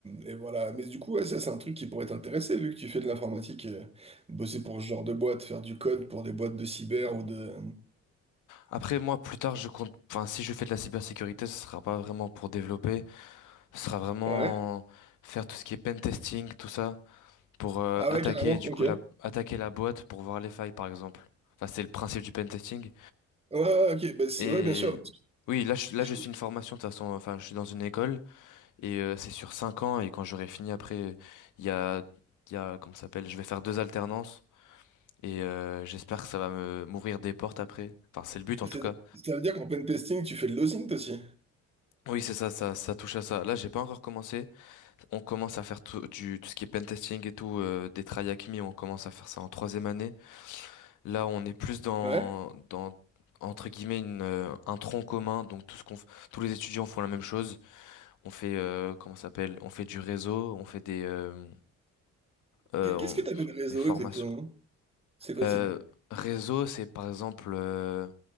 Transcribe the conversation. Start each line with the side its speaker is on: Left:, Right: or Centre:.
Right: et voilà. Mais du coup, ouais, ça, c'est un truc qui pourrait t'intéresser vu que tu fais de l'informatique, euh, bosser pour ce genre de boîte, faire du code pour des boîtes de cyber ou de.
Left: Après, moi, plus tard, je compte... Enfin, si je fais de la cybersécurité, ce sera pas vraiment pour développer. Ce sera vraiment
Right: Ouais.
Left: faire tout ce qui est pen testing, tout ça. pour euh,
Right: Ah
Left: attaquer
Right: ouais, carrément,
Left: du
Right: ok.
Left: coup
Right: Ouais,
Left: la attaquer la boîte pour voir les failles par exemple. Enfin, c'est le principe du pentesting.
Right: ouais, ouais, ok, bah, c'est-
Left: Et
Right: ouais, bien sûr. parce
Left: oui, là je, là
Right: que j'ai-
Left: je suis une formation de toute façon. Enfin, je suis dans une école et euh, c'est sur cinq ans et quand j'aurai fini après, il y a il y a comment ça s'appelle? Je vais faire deux alternances et euh, j'espère que ça va me m'ouvrir des portes après. Enfin, c'est le but
Right: c'est-
Left: en tout cas.
Right: Ça veut dire qu'en pen testing, tu fais de l'osint aussi.
Left: Oui, c'est ça, ça, ça touche à ça. Là, j'ai pas encore commencé. On commence à faire tout, du, tout ce qui est pentesting et tout, euh, des tryhacks me, on commence à faire ça en troisième année. Là, on est plus dans,
Right: Ouais.
Left: dans entre guillemets une, euh, un tronc commun. Donc tout ce qu'on, f- tous les étudiants font la même chose. On fait euh, comment ça s'appelle? On fait du réseau. On fait des euh, euh,
Right: Qu- Qu'est-ce
Left: on-
Right: que t'appelles réseau
Left: des formations.
Right: exactement? C'est quoi?
Left: Euh,
Right: c'est-
Left: réseau, c'est par exemple euh,